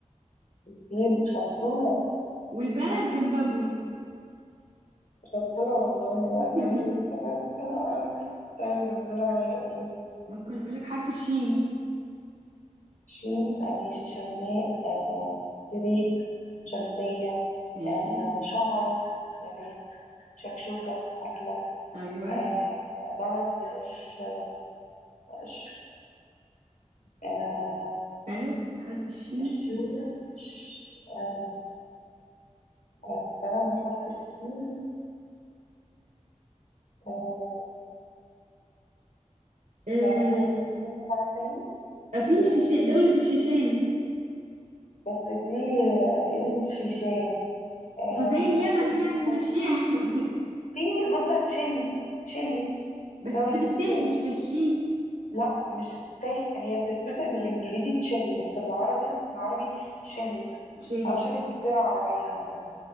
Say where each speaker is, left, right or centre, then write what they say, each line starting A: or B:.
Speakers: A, on the left (about 85°); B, on the right (about 70°).
A: طيب شطورة
B: والبلد زيمبابوي
A: شطورة والله
B: <laughs>
A: لا جميل تمام حلو قوي طيب الدور عليا قولي
B: ممكن أقول لك حرف الشين
A: شين آه، ماشي شيماء آه شريف شمسية
B: ماشي
A: آه شمر نبات شكشوكة أكلة
B: أيوة
A: آه بلد ش... ش... آه
B: بلد حرف الشين
A: شين ش... آه آه، بلد بحرف الشين آه،
B: آه،
A: طب احنا بنتكلم عن تاني
B: في
A: آه،
B: شيشان دولة الشيشان
A: بس دي آه، الشيشان آه،
B: وزي اليمن
A: ممكن
B: يعني
A: مثلا
B: المشيئة <laughs>
A: في مثلا تشيلي تشيلي
B: بس
A: دولة
B: دي بالت مش
A: آه،
B: بالشين
A: لا مش ته هي بتتنطق بالانجليزي تشيلي بس بالعربي بالعربي شيلي
B: شيلي
A: او شبه الجزيرة العربية مثلا